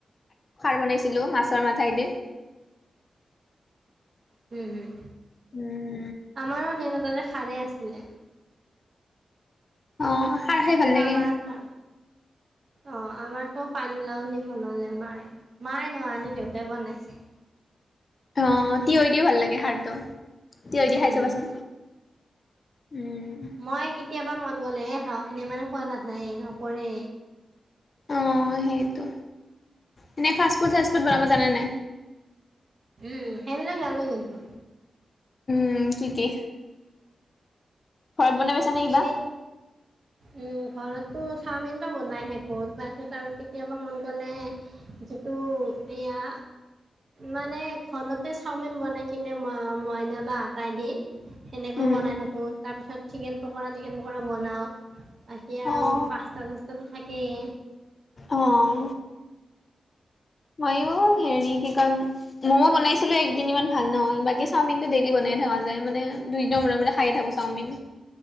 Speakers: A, on the left; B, on the right.
A: খাৰ বনাইছিলোঁ মাছৰ মাথাইদি।
B: হম, হুম।
A: উম।
B: আমাৰো দিনত আজি খাৰেই আছিলে।
A: অ', খাৰ খাই ভাল
B: কিন্তু
A: লাগে।
B: আমাৰ খাৰ, অ আমাৰতো পানীলাও বনালে মায়ে। মাই নহয়, আজি দেউতাই বনাইছে।
A: অঁ, তিয় দিও ভাল লাগে খাৰটো, তিয়
B: হুম
A: দি খাই
B: হুম
A: চাবাচোন। উম।
B: মই কেতিয়াবা মন গ'লেহে খাওঁ, এনেই মানে খোৱা নাযায়, নপৰে।
A: অঁ সেইটো, এনেই ফাষ্ট ফুড, চাষ্ট ফুড, বনাব জানে নাই?
B: উম, সেইবিলাক জনো কিন্তু।
A: উম, কি কি? ঘৰত বনাই পাইছা নে কিবা?
B: এনেই উম, ঘৰতটো চাওমিনটো বনাই থাকো। তাৰপিছত আৰু কেতিয়াবা মন গ'লে যিটো এয়া মানে ঘৰতে চাওমিন বনাই কিনে মই মইদা বা আতাই দি হেনেকেও
A: উম,
B: বনাই থাকো। তাৰপিছত চিকেন পক চিকেন পকৰা বনাওঁ, বাকী আৰু
A: অ',
B: পাচটা চাষ্টাতো থাকেই।
A: অহ। মইয়ো হেৰি কি কয় ম'ম' বনাইছিলো একদিন ইমান ভাল নহ'ল বাকী চাওমিন ডেইলি বনাই থকা যায় মানে দুইদিনৰ মূৰে, মূৰে খায়ে থাকোঁ চাওমিন।